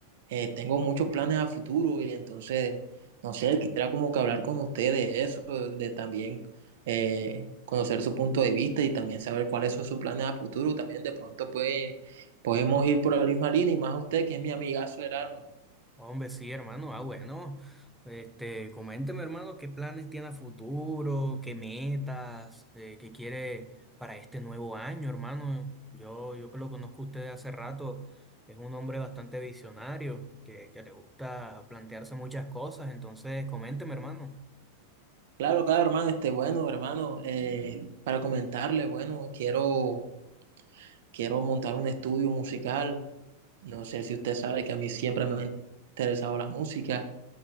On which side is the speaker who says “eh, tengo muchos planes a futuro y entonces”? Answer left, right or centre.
Right